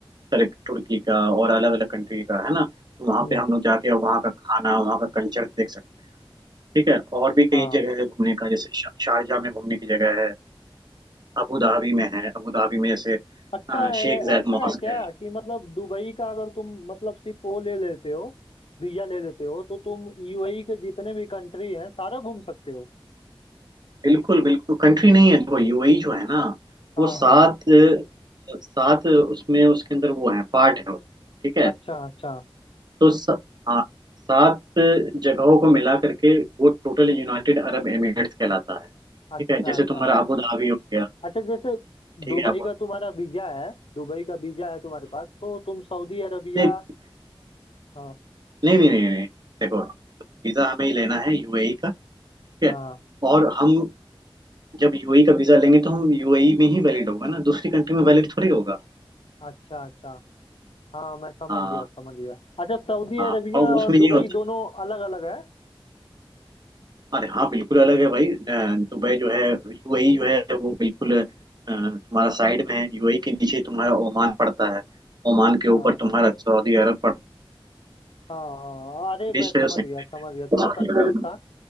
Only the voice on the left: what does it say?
हम्म
हाँ
अच्छा ऐ-
ऐसा
है क्या
कि मतलब दुबई का अगर तुम मतलब सिर्फ वो ले लेते हो वीजा ले लेते हो तो तुम यूएई के जितने भी कंट्री हैं सारा घूम सकते हो
हाँ
हाँ
अच्छा अच्छा
अच्छा
अच्छा
अच्छा जैसे
दुबई
का तुम्हारा वीजा है दुबई का वीजा है तुम्हारे पास तो तुम सऊदी अरबिया
हाँ
हाँ
अच्छा अच्छा हाँ मैं समझ
गया समझ गया अच्छा सऊदी
अरबिया
और दुबई
दोनों अलग अलग है
हाँ
हाँ हाँ,
अरे मैं
समझ
गया समझ
गया थोड़ा कंफ्यूज था